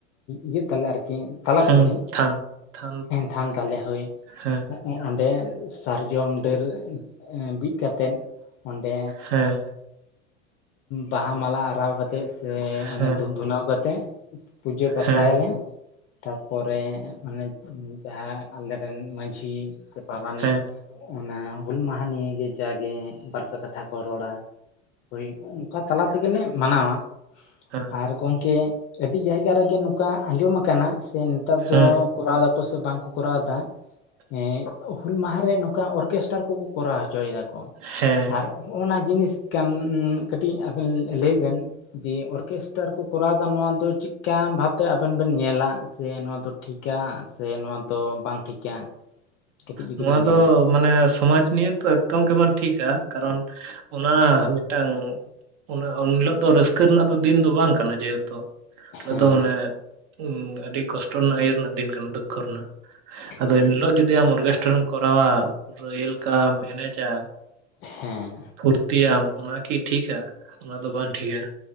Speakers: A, on the left (about 40°); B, on the right (about 55°).
A: ᱤᱭᱟᱹᱜ ᱛᱟᱞᱮ ᱟᱨᱠᱤ ᱛᱟᱞᱟ
B: ᱦᱮᱸ
A: ᱠᱩᱞᱦᱤ
B: ᱛᱷᱟᱱ ᱛᱷᱟᱱ
A: ᱛᱷᱟᱱ ᱛᱟᱞᱮ ᱦᱳᱭ᱾
B: ᱦᱮᱸ
A: ᱚᱸᱰᱮ ᱥᱟᱨᱡᱚᱢ ᱰᱟᱹᱨ ᱵᱤᱫ ᱠᱟᱛᱮᱫ ᱚᱸᱰᱮ
B: ᱦᱮᱸ
A: ᱵᱟᱦᱟ ᱢᱟᱞᱟ ᱟᱨᱟᱣ ᱠᱟᱛᱮᱫ᱾ ᱥᱮ ᱚᱱᱮ
B: ᱦᱮᱸ
A: ᱫᱷᱩᱯ ᱫᱷᱩᱱᱟᱣ ᱠᱟᱛᱮᱫ ᱯᱩᱡᱟᱹ ᱯᱟᱥᱟᱭᱟᱞᱮ᱾
B: ᱦᱮᱸ ᱦᱮᱸ
A: ᱛᱟᱨᱯᱚᱨᱮ ᱢᱟᱱᱮ ᱡᱟᱦᱟᱸ ᱟᱞᱮᱨᱮᱱ ᱢᱟᱺᱡᱷᱤ ᱥᱮ ᱯᱟᱨᱟᱱᱤᱠ᱾
B: ᱦᱮᱸ
A: ᱚᱱᱟ ᱦᱩᱞ ᱢᱟᱦᱟ ᱱᱤᱭᱮ ᱡᱟᱜᱮ ᱵᱟᱨᱯᱮ ᱠᱟᱛᱷᱟ ᱠᱚ ᱨᱚᱲᱟ ᱦᱳᱭ᱾ ᱚᱠᱟ ᱛᱟᱞᱟ ᱛᱮᱜᱮᱞᱮ ᱢᱟᱱᱟᱣᱟ
B: ᱦᱮᱸ
A: ᱟᱨ ᱜᱚᱢᱠᱮ ᱟᱹᱰᱤ ᱡᱟᱭᱜᱟ ᱨᱮᱜᱮ, ᱚᱱᱠᱟ ᱟᱡᱚᱢ ᱠᱟᱱᱟ ᱥᱮ ᱱᱮᱛᱟᱨ
B: ᱦᱮᱸ
A: ᱫᱚ ᱠᱚᱨᱟᱣ ᱫᱟᱠᱚ ᱥᱮ ᱵᱟᱝ ᱠᱚ ᱠᱚᱨᱟᱣ ᱫᱟ᱾ ᱦᱮ ᱦᱩᱞ ᱢᱟᱦᱟ ᱨᱮ ᱱᱚᱝᱠᱟ ᱚᱨᱠᱮᱥᱴᱟᱨ ᱠᱚᱠᱚ ᱠᱚᱨᱟᱣ ᱦᱚᱪᱚᱭ ᱫᱟᱠᱚ
B: ᱦᱮᱸ
A: ᱟᱨ, ᱦᱚᱜ-ᱚ ᱱᱟ ᱡᱤᱱᱤᱥ ᱠᱟᱱ ᱠᱟᱹᱴᱤᱡ ᱟᱵᱮᱱ ᱞᱟᱹᱭ ᱵᱮᱱ᱾ ᱡᱮ ᱚᱨᱠᱮᱥᱴᱟᱨ ᱠᱚ ᱠᱚᱨᱟᱣᱮᱫᱟ ᱱᱚᱣᱟ ᱫᱚ ᱪᱮᱫ? ᱪᱤᱠᱟᱱ ᱵᱷᱟᱵᱛᱮ ᱟᱵᱮᱱ ᱵᱮᱱ ᱧᱮᱞᱟ ᱥᱮ ᱱᱚᱣᱟ ᱫᱚ ᱴᱷᱤᱠᱟ ᱥᱮ ᱱᱚᱣᱟ ᱫᱚ ᱵᱟᱝ ᱴᱷᱤᱠᱟ? ᱠᱟᱹᱴᱤᱡ ᱡᱩᱫᱤ
B: ᱱᱚᱣᱟ
A: ᱵᱮᱱ ᱞᱟᱹᱭᱟ
B: ᱫᱚ ᱢᱟᱱᱮ ᱥᱚᱢᱟᱡ ᱱᱤᱭᱟ. ᱛᱚ ᱮᱠᱫᱚᱢ ᱜᱮ ᱵᱟᱝ ᱴᱷᱤᱠᱟ᱾ ᱠᱟᱨᱚᱱ ᱚᱱᱟ ᱢᱤᱫᱴᱟᱝ ᱚᱱᱟ ᱩᱱᱦᱤᱞᱳᱜ ᱫᱚ ᱨᱟᱹᱥᱠᱟᱹ ᱨᱮᱱᱟᱜ ᱫᱚ ᱫᱤᱱ ᱫᱚ ᱵᱟᱝ ᱠᱟᱱᱟ ᱡᱮᱦᱮᱛᱩ ᱦᱤᱞᱳᱜ
A: ᱦᱮᱸ
B: ᱫᱚ ᱢᱟᱱᱮ, ᱦᱚᱸ ᱟᱹᱰᱤ ᱠᱚᱥᱴᱚ ᱨᱮᱱᱟᱜ ᱤᱭᱟᱹ ᱨᱮᱱᱟᱜ ᱫᱤᱱ ᱠᱟᱱᱟ ᱫᱩᱠᱠᱷᱚ ᱨᱮᱱᱟᱜ ᱟᱫᱚ
A: ᱦᱮᱸ
B: ᱮᱱ ᱦᱤᱞᱚᱜ ᱡᱩᱫᱤ? ᱡᱩᱫᱤ ᱟᱢ ᱚᱨᱜᱮᱥᱴᱟᱨᱮᱢ ᱠᱚᱨᱟᱣᱟ ᱯᱩᱨᱟᱹ ᱳᱭᱮᱞᱠᱟᱢ ᱮᱱᱮᱡᱟ᱾
A: ᱦᱮᱸ,
B: ᱯᱷᱩᱨᱛᱤᱭᱟᱢ ᱚᱱᱟᱠᱤ ᱴᱷᱤᱠᱟ ᱚᱱᱟ ᱫᱚ ᱵᱟᱝ ᱴᱷᱤᱠᱟ᱾